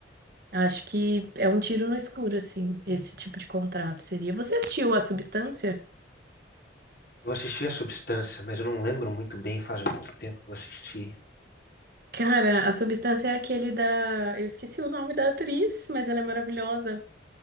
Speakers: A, on the right; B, on the left.
A: Acho que é um tiro no escuro, assim, esse tipo de contrato seria. Você assistiu A Substância?
B: Eu assisti a Substância, mas eu não lembro muito bem, faz muito tempo que eu assisti.
A: Cara, A Substância é aquele da... Eu esqueci o nome da atriz, mas ela é maravilhosa.